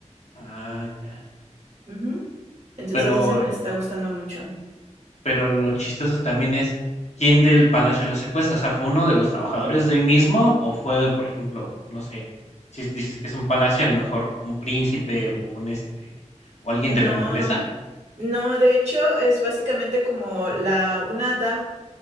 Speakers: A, on the left; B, on the right.
A: Ah, ya.
B: Ujú. Entonces
A: Pero
B: ese me está gustando mucho.
A: Pero lo chistoso también es, ¿quién del palacio lo secuestra? O sea, ¿fue uno de los trabajadores de ahí mismo o fue, por ejemplo, no sé, si es- dices que es un palacio, a lo mejor un príncipe o un este o alguien
B: No,
A: de la nobleza?
B: no, de hecho es básicamente como la, una dama.